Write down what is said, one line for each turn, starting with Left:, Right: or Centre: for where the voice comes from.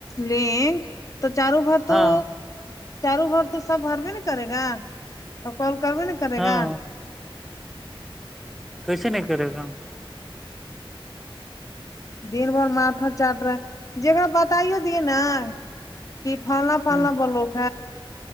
Left: لنک تو چاروں بات تو
Centre: ہاں
Left: چاروں بھر تو سب ہر میں ن کرے گا اور کال کر میں کرے
Centre: ہاں
Left: گا
Centre: کیسے نہیں کرے گا
Left: دن بھر ماتھا چاٹ رہا جک بتائی دیے نا کی فلنا فلا
Centre: ہوں
Left: بولوک